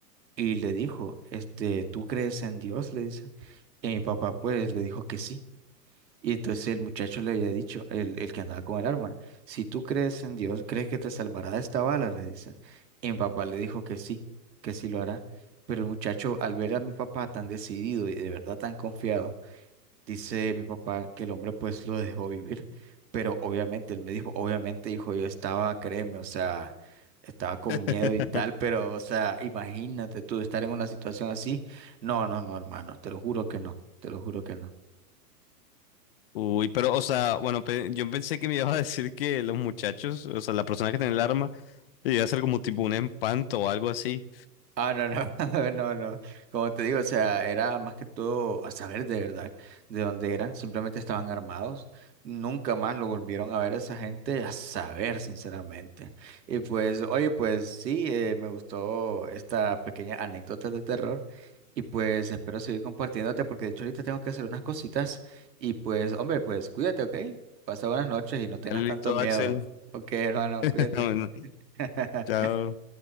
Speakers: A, on the right; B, on the left.
A: y le dijo, este, ¿tú crees en Dios? Le dice. Y mi papá pues le dijo que sí. Y entonces el muchacho le había dicho, el, el que andaba con el arma, si tú crees en Dios, ¿crees que te salvará de esta bala? Le dice. Y mi papá le dijo que sí, que sí lo hará. Pero el muchacho, al ver a mi papá tan decidido y de verdad tan confiado, dice mi papá que el hombre pues lo dejó vivir. Pero obviamente, él me dijo, obviamente, hijo, yo estaba, créeme, o sea, estaba con
B: <laughs>
A: miedo y tal, pero, o sea, imagínate tú estar en una situación así. No, no, no, hermano, te lo juro que no, te lo juro que no.
B: Uy, pero, o sea, bueno, pe- yo pensé que me ibas a decir que los muchachos, o sea, la persona que tiene el arma, iba a ser como tipo un empanto o algo así.
A: Ah, no, no, <laughs> no, no. Como te digo, o sea, era más que todo a saber de verdad de dónde eran. Simplemente estaban armados. Nunca más lo volvieron a ver a esa gente, a saber, sinceramente. Y pues, oye, pues sí, eh, me gustó esta pequeña anécdota de terror. Y pues espero seguir compartiéndote porque de hecho ahorita tengo que hacer unas cositas. Y pues, hombre, pues cuídate, ¿ok? Pasa buenas noches y no tengas
B: Ya Listo,
A: tanto miedo.
B: Axel.
A: Ok, hermano,
B: <laughs>
A: cuídate.
B: Bueno,
A: <laughs>
B: chao.